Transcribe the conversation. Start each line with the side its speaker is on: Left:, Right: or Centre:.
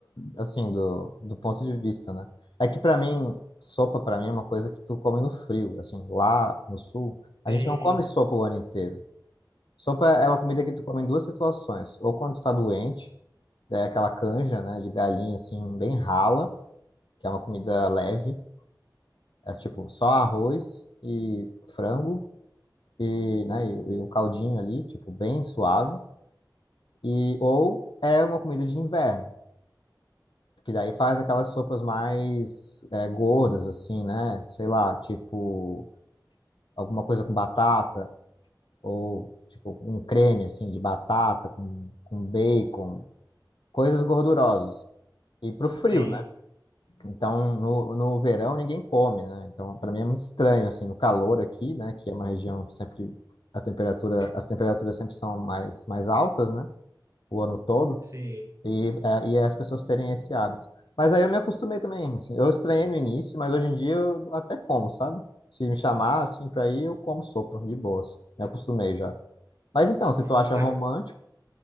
Left: assim, do, do ponto de vista, né? É que para mim, sopa para mim é uma coisa que tu come no frio, assim, lá no sul, a
Right: Sim,
Left: gente não come sopa o ano inteiro. Sopa é uma comida que tu come em duas situações. Ou quando tu tá doente, é aquela canja, né, de galinha, assim, bem rala, que é uma comida leve. É tipo só arroz e frango e, né, e, e um caldinho ali, tipo, bem suave. E, ou é uma comida de inverno, que daí faz aquelas sopas mais é, gordas, assim, né? Sei lá, tipo alguma coisa com batata ou, tipo, um creme, assim, de batata com, com bacon. coisas gordurosas. E pro frio,
Right: sim,
Left: né? Então, no, no verão ninguém come, né? Então, para mim é muito estranho, assim, no calor aqui, né? Que é uma região sempre a temperatura, as temperaturas sempre são mais, mais altas, né? O ano todo.
Right: sim.
Left: E, é, e é as pessoas terem esse hábito. Mas aí eu me acostumei também, assim. Eu estranhei no início, mas hoje em dia eu até como, sabe? Se me chamar, assim, pra ir, eu como sopa, de boas. Me acostumei já. Mas então, se tu acha
Right: Sabe
Left: romântico,